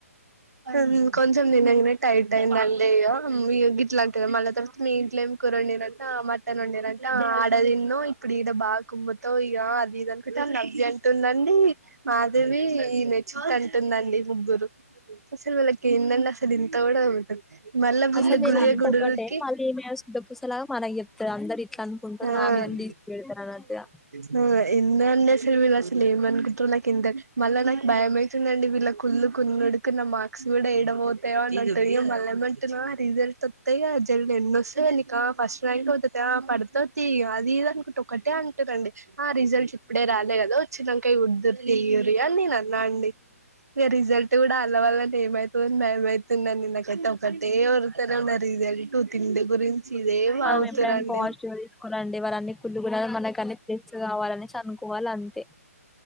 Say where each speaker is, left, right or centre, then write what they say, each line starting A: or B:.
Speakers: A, on the right; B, in the centre.
A: హ్మ్ కొంచెం దినగనే టైట్ అయిందండియ్యో మ్మ్ గిట్లా అంటివా మళ్ళ తర్వాత్ మీ ఇంట్ల ఏం కుర నీర్ అట మట్ టను వండిరాటా ఆడదిన్నోయి ఇప్పుడు ఈడ బా కుమ్ము తో ఇగ ఆది ఇదో న్ ఒకట న్అర్జెంట్ ఉందండి మాదవి ఈ నెచ్చు కన్ టుదండి ముగ్గురు అసలు వీళ్ళకి ఏందళ్ళ అసలు ఇంత కూడా ఉండదు‌ మళ్ళ వీళ్ళ
B: అసలు వీళ్ళంతా
A: గుల్లే గుండుకి,
B: ఒక్కటే మళ్ళీ ఈమె శుద్ధ పూసలాగా మనకి చెప్తది అందరు ఇట్లా అనుకుంటారు
A: ఆ మ్మ్
B: నా మీదనే తీసి పెడతారు అన్నట్టుగా
A: మ్మ్ మ్యానర్స్ అనేది అసలు ఏమనుకుంటరో నాకు ఎంతక్ మళ్ళా నాకు భయమయితుందండి వీళ్ళకు కుల్లు కున్నడు కేనమ్మ కూడా ఏడ పోతయో <inaudible> మళ్ళ ఏమంటున్నవో రిజల్ట్ త్తయో జల్ నిన్నొస్తే నికా ఫస్ట్ ర్యాంక్ ఆ పడుతది తీయి అది ఇది అనుకుంటే ఒకటే అంటురండి. ఆ రిజల్ట్ ఇప్పుడే రాలే కదా వచ్చినంక జుద్దురు తియ్యుర్రి అని నేను అన్నా అండి. రిజల్ట్ కూడా తర్వాత ఏమైతదో అని భయమై తుందండి నిన్న కతం ఒక్కటే ఒర్లుతనే ఉన్న రిజల్టు తిండి గురిం ఇదే వాగుతారండి.
B: మనం ఎప్పుడైనా పాజిటివ్ తీసుకోవాలండి వాళ్ళన్ని కుళ్ళు గుణాలు మనకు అన్ని ప్లస్ కావాలనేసి అనుకోవాలి అంతే